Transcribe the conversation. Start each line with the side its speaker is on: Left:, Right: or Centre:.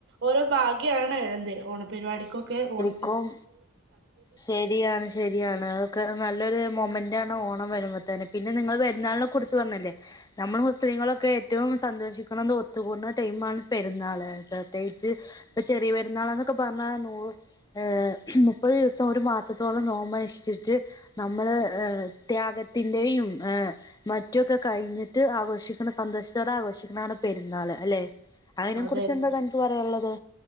Right: ഓരോ ഭാഗ്യാണ് എന്ത ഓണ പരിപടിക്കൊക്കെ ഓണ
Left: ക്കും ശരിയാണ് ശരിയാണ് അതൊക്കെ നല്ലൊരു മൊമെന്റാണ് ഓണം വരുമ്പതന്നെ പിന്നെ നിങ്ങൾ പെരുന്നാളിനെ കുറിച്ച് പറഞ്ഞല്ലേ നമ്മള് മുസ്ലീങ്ങളൊക്കെ ഏറ്റവും സന്തോഷിക്കണ ഒത്തുകൂടുന്ന ടൈമാണ് പെരുന്നാള് പ്രത്യേകിച്ച് ഇപ്പ ചെറിയ പെരുന്നാള് എന്നൊക്കെ പ പറഞ്ഞാ നൂറ് ഏർ മുപ്പത് ദിവസം ഒരു മാസത്തോളം നോമ്പനുഷ്ടിച്ച് നമ്മള് ഏ ത്യാഗത്തിന്റെയും ഏ മറ്റു ഒക്കെ കഴിഞ്ഞിട്ട് ആഘോഷിക്ക്ണ സന്തോഷത്തോടെ ആഘോഷിക്കണാണ് പെരുന്നാള് അല്ലേ അതിനെ
Right: അതെ
Left: കുറിച്ച്
Right: അതെ
Left: എന്താ തനിക്ക് പറയാള്ളത്